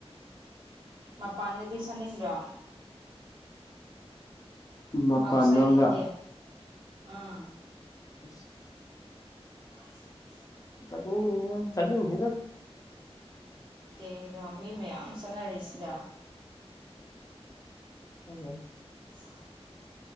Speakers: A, on the right; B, on the left.
A: ꯃꯄꯥꯟꯗꯗꯤ ꯆꯠꯅꯤꯡꯗꯔꫭ
B: ꯃꯄꯥꯟꯂꯣꯝꯗ
A: ꯑꯥꯎꯠꯁꯥꯏꯠ ꯏꯟꯗꯤꯌꯥ ꯎꯝ
B: ꯑ
A: ꯑꯁ
B: ꯆꯠꯅꯤ ꯆꯠꯅꯤꯗ
A: ꯀꯩꯒꯤꯅꯣ ꯃꯤ ꯃꯌꯥꯝ ꯆꯠꯅꯔꯤꯁꯤꯗ
B: <unintelligible>
A: <inaudible>